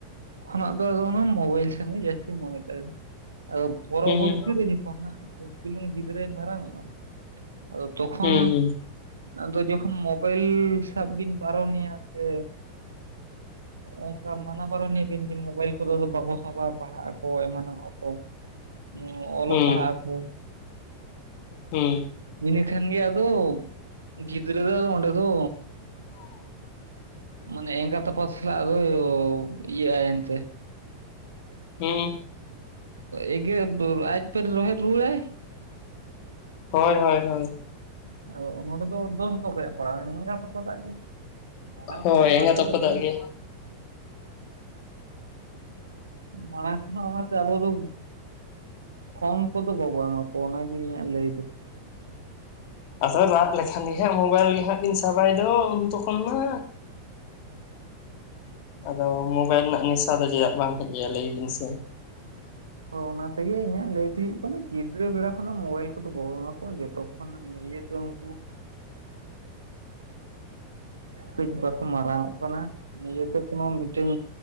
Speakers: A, on the right (about 75°); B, on the left (about 45°).
A: ᱠᱷᱚᱱᱟᱜ ᱫᱚ ᱟᱫᱚ ᱢᱳᱵᱟᱭᱤᱞ ᱥᱮᱱᱜᱮ ᱡᱟᱹᱥᱛᱤ ᱢᱚᱱᱮ ᱛᱟᱭᱫᱚᱼᱼ ᱯᱚᱨᱚᱵᱚᱨᱛᱤ
B: ᱦᱩᱸ ᱦᱩᱸ
A: ᱨᱮ ᱡᱚᱠᱷᱚᱱ ᱦᱟᱜ ᱠᱮᱡ ᱪᱩᱞᱩᱝ ᱜᱤᱫᱽᱨᱟᱹᱭ ᱢᱟᱨᱟᱝᱚᱜᱼᱟᱼᱼ ᱟᱫᱚ ᱛᱚᱠᱷᱚᱱ
B: ᱦᱩᱸ
A: ᱟᱫᱚ ᱡᱚᱠᱷᱚᱱ ᱢᱳᱵᱟᱭᱤᱞ ᱥᱟᱵ ᱵᱤᱱᱼᱼ ᱵᱟᱨᱚᱱᱮᱭᱟ ᱥᱮᱼᱼ ᱚᱱᱠᱟ ᱢᱟᱱᱟ ᱵᱟᱨᱚᱱ ᱮ ᱵᱤᱱ ᱡᱮ ᱢᱳᱵᱟᱭᱤᱞ ᱠᱚ ᱫᱚ ᱵᱟᱠᱚ ᱥᱟᱵᱟ ᱯᱟᱲᱦᱟᱜ ᱟᱠᱚ ᱮᱢᱟᱱᱚᱜ ᱟᱠᱚᱼᱼ ᱩ ᱚᱞᱚᱜ
B: ᱦᱩᱸ
A: ᱯᱟᱲᱦᱟᱜ ᱟᱠᱚᱼᱼ
B: ᱦᱩᱸ
A: ᱤᱱᱟᱹ ᱠᱷᱟᱱ ᱜᱮ ᱟᱫᱚ ᱜᱤᱫᱽᱨᱟᱹ ᱫᱚ ᱚᱸᱰᱮ ᱫᱚᱼᱼ
B: <unintelligible>
A: ᱢᱟᱱᱮ ᱮᱸᱜᱟᱛ ᱟᱯᱟᱛ ᱥᱟᱞᱟᱜ ᱟᱫᱚ ᱤᱭᱟᱹᱜᱼᱟᱭ ᱮᱱᱛᱮᱼᱼ
B: ᱦᱩᱸ
A: ᱮᱜᱮᱨ ᱟᱡ ᱜᱮ ᱨᱚᱦᱮᱫ ᱨᱩᱣᱟᱹᱲᱟᱭ
B: ᱦᱳᱭ ᱦᱳᱭ ᱦᱳᱭ᱾
A: ᱟᱫᱚ ᱱᱚᱸᱰᱮ ᱫᱚ ᱫᱳᱥ ᱫᱚ ᱚᱠᱚᱭᱟᱜ ᱯᱟᱲᱟᱜ-ᱟ ᱮᱸᱜᱟᱛ ᱟᱯᱟᱛᱟᱜ ᱜᱮ᱾ ᱢᱟᱲᱟᱝ
B: ᱦᱳᱭ
A: ᱠᱷᱚᱱᱟᱜ ᱚᱱᱟᱛᱮ
B: ᱮᱸᱜᱟᱛ ᱟᱯᱟᱛᱟᱜ
A: ᱟᱰᱤ <unintelligible>
B: ᱜᱮ
A: ᱢᱟᱲᱟᱝ ᱠᱷᱚᱱᱟᱜ ᱚᱱᱟᱛᱮ ᱟᱵᱚ ᱫᱚᱼᱼ ᱯᱷᱚᱱ ᱠᱚᱫᱚ ᱵᱟᱵᱚ ᱮᱢᱟ ᱠᱚᱣᱟ ᱚᱱᱟᱜᱮ ᱤᱧᱟᱜ ᱞᱟᱹᱭ ᱫᱚ᱾
B: ᱟᱫᱚᱭ ᱨᱟᱜ ᱞᱮᱠᱷᱟᱱ ᱜᱮ ᱦᱟᱸᱜ ᱢᱳᱵᱟᱭᱤᱞ ᱜᱮ ᱦᱟᱸᱜ ᱵᱤᱱ ᱥᱟᱵ ᱟᱭ ᱫᱚ ᱩᱱ ᱛᱚᱠᱷᱚᱱ ᱢᱟᱼᱼ ᱟᱫᱚ ᱢᱳᱵᱟᱭᱤᱞ ᱨᱮᱱᱟᱜ ᱱᱮᱥᱟ ᱫᱚ ᱪᱮᱫᱟᱜ ᱵᱟᱝ ᱦᱮᱡᱼᱟᱭᱟ ᱞᱟᱹᱭ ᱵᱤᱱ ᱥᱮ
A: ᱦᱚ ᱚᱱᱟ ᱛᱮᱜᱮ ᱤᱧᱟᱜ ᱞᱟᱹᱭ ᱫᱚ ᱦᱩᱭᱩᱜ ᱠᱟᱱᱟ ᱜᱤᱫᱽᱨᱟᱹ ᱵᱮᱲᱟ ᱠᱷᱚᱱᱟᱜ ᱢᱳᱵᱟᱭᱤᱞ ᱠᱚᱫᱚ ᱵᱟᱵᱚ ᱮᱢᱟ ᱠᱚᱣᱟ ᱡᱚᱛᱚ ᱠᱷᱚᱱᱼᱼ ᱱᱤᱭᱟᱹ ᱛᱚ ᱩᱱᱠᱩ
B: <inaudible>
A: ᱠᱟᱹᱡ ᱵᱟᱠᱚ ᱢᱟᱨᱟᱝ ᱚᱜ ᱠᱟᱱᱟ ᱱᱤᱭᱟᱹᱛᱮ ᱠᱚᱱᱚ ᱢᱤᱫᱴᱮᱱ